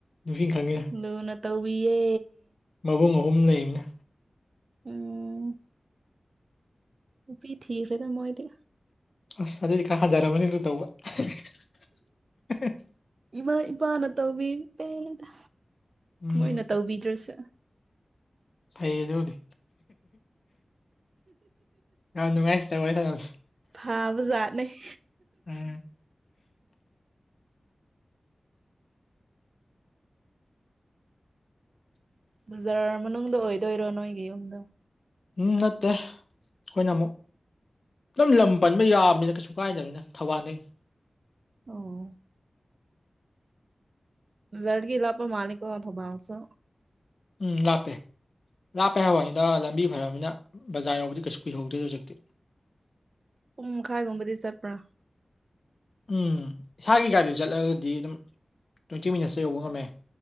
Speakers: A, on the left; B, on the right.
A: ꯅꯨꯨꯄꯤ ꯈꯉꯦ
B: ꯂꯣꯅ ꯇꯧꯋꯌꯦ
A: ꯃꯕꯨꯡ ꯑꯍꯨꯝ ꯂꯩꯕꯅ
B: ꯎꯝ ꯎꯕꯤ ꯊꯀ ꯔꯦꯗ ꯃꯣꯗ
A: ꯑꯁ ꯑꯗꯨꯏꯗꯤ ꯈꯔ ꯍꯟꯊꯔꯝꯃꯅꯤꯗꯨ ꯇꯧꯕ
B: ꯏꯃꯥ ꯏꯄꯥꯅ ꯇꯧꯕꯤꯦꯗ
A: ꯎꯝ
B: ꯃꯣꯏꯅ ꯇꯧꯕꯤꯗ꯭ꯔꯁꯨꯦ
A: ꯐꯩꯌꯦꯗ ꯍꯧꯗꯤ ꯑ ꯅꯨꯡꯉꯥꯏꯁꯤ ꯇꯁ
B: ꯐꯥꯕ ꯖꯥꯠꯅꯦ
A: ꯎꯝ
B: ꯕꯖꯥꯔ ꯃꯅꯨꯡꯗ ꯑꯣꯏꯗꯣꯏꯔꯣ ꯅꯣꯏꯒꯤ ꯌꯨꯝꯗꯣ
A: ꯎꯝ ꯅꯠꯇꯦ ꯑꯩꯈꯣꯏꯅ ꯑꯃꯨꯛ ꯑꯗꯨꯝ ꯂꯝ ꯄꯟꯕ ꯌꯥꯕꯃꯤꯅ ꯀꯩꯁꯨ ꯀꯥꯏꯗꯕꯅꯤꯅ ꯊꯧꯕꯥꯜꯗꯩꯩꯅ
B: ꯑꯣ ꯖꯔꯒꯤ ꯏꯂꯄꯥ ꯃꯥꯂꯀꯣ ꯅꯕꯥꯎꯁꯨ
A: ꯎꯝ ꯂꯥꯞꯄꯦ ꯂꯥꯞꯄꯦ ꯍꯥꯏꯕꯅꯤꯗ ꯂꯝꯕꯤ ꯐꯔꯔꯕꯅꯤꯅ ꯕꯖꯥꯔ ꯌꯧꯕꯗꯤ ꯀꯩꯁꯨ ꯀꯨꯏꯍꯧꯗꯦꯗ ꯍꯧꯖꯤꯛꯇꯤ
B: ꯄꯨꯡ ꯃꯈꯥꯏꯒꯨꯝꯕꯗꯤ ꯆꯠꯄ꯭ꯔꯥ
A: ꯎꯝ ꯏꯁꯥꯒꯤ ꯒꯥꯔꯤ ꯆꯠꯂꯒꯗꯤ ꯑꯗꯨꯝ ꯇ꯭ꯋꯦꯟꯇꯤ ꯃꯤꯅꯠꯁꯇ ꯌꯧꯕ ꯉꯝꯃꯦ